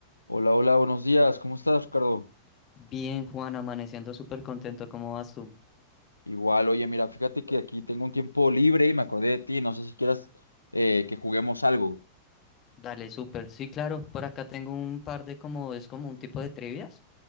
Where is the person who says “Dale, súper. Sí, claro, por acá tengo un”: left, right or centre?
Left